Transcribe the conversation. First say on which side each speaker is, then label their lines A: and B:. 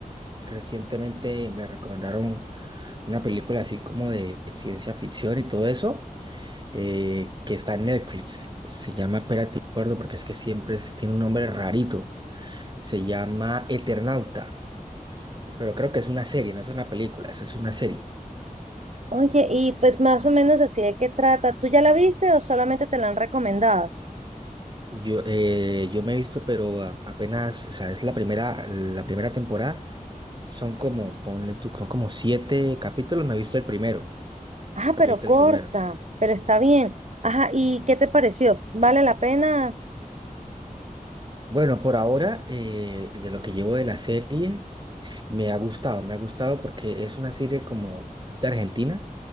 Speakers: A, on the right; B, on the right.
A: recientemente me recomendaron una película así como de ciencia ficción y todo eso, eh, que está en Netflix. Se llama, espérate, no me acuerdo porque es que siempre es- tiene un nombre rarito. Se llama Eternauta, pero creo que es una serie, no es una película, esa es una serie.
B: Oye, y pues más o menos así de qué trata. ¿Tú ya la viste o solamente te la han recomendado?
A: Yo, eh, yo me he visto, pero a- apenas, o sea, es la primera, la primera temporada. Son como, ponle tú, son como siete capítulos, me he visto el primero,
B: Ah,
A: me
B: pero
A: he visto
B: corta,
A: el primero.
B: pero está bien. Ajá, ¿y qué te pareció? ¿Vale la pena?
A: Bueno, por ahora, eh, de lo que llevo de la serie, me ha gustado, me ha gustado porque es una serie como, es de Argentina,